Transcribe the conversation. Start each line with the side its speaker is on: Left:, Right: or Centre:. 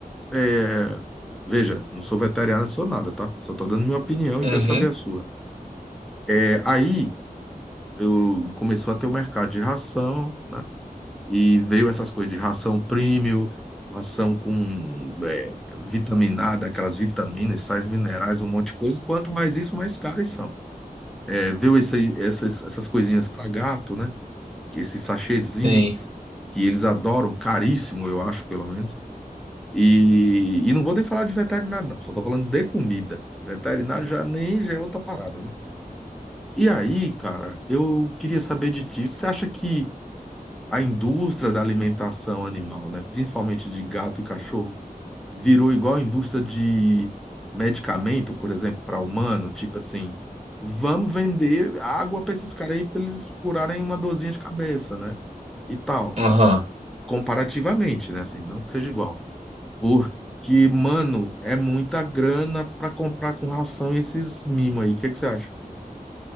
Centre: é, veja, não sou veterinário, não sou nada, tá? Só tô dando minha opinião e
Right: Uhum.
Centre: quero saber a sua. É, aí eu começou a ter o mercado de ração, né? E veio essas coisas de ração premium, ração com é, vitaminada, aquelas vitaminas, sais minerais, um monte de coisa. Quanto mais isso, mais caras são. É, veio esse, aí- essas, essas coisinhas para gato, né? Esse sachêzinho
Right: Sim.
Centre: que eles adoram, caríssimo, eu acho, pelo menos. E, e não vou nem falar de veterinário, não. Só tô falando de comida. Veterinário já nem já é outra parada, né? E aí, cara, eu queria saber de ti. Você acha que a indústria da alimentação animal, né, principalmente de gato e cachorro, virou igual a indústria de medicamento, por exemplo, para humano, tipo assim, vamos vender água para esses caras aí para eles curarem uma dorzinha de cabeça, né? E tal,
Right: Aham.
Centre: comparativamente, né, assim, não que seja igual. Porque, mano, é muita grana para comprar com ração esses mimos aí. O que que você acha?